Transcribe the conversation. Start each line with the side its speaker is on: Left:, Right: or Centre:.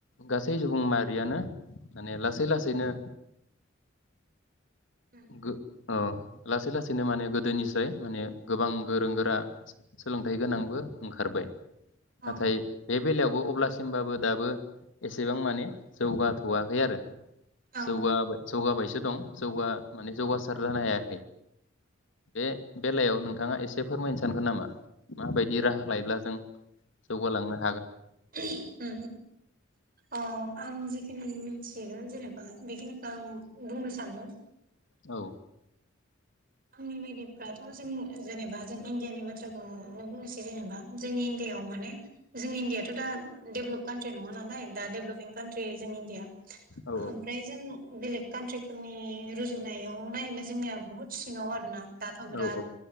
Left: गासै सुबुं माहारियानो माने लासै लासैनो
Right: उम
Left: गो अ लासै लासैनो माने गोदोनिस्राय माने गोबां गोरों गोरा सो-सोलोंथाइ गोनांबो ओंखारबाय।
Right: औ
Left: नाथाय बे बेलायावबो अब्लासिमबाबो दाबो एसेबां माने जौगाथ'वाखै आरो।
Right: औ
Left: जौगाबाय जौगाबायसो दं जौ माने जौगासार जानो हायाखै बे बेलायाव नोंथाङा एसे फोरमायनो सानगोन नामा माबायदि राहा लायोब्ला जों जौगालांनो
Right: ओ ओ अ आं जिखिनि मिथिगोन जेनेबा बेखिनिखौ आं बुंनो सानदों।
Left: औ
Right: आंनि बायदिब फोराथ' जों जेनेबा जों इण्डियानि बाथ्राखौनो बुंनोसै जेनेबा जोंनि इण्डियाव माने जों इण्डियाथ' दा देभलप काउन्ट्रि नङा नालाय दा देभलपपिं काउन्ट्रि जों इण्डिया।
Left: औ
Right: ओमफ्राय जों बेलेग काउन्ट्रिफोरनि रुजुनायाव नायोब्ला जोंनिया बुहुत सिङाव आरो ना दाथ' बिराद
Left: औ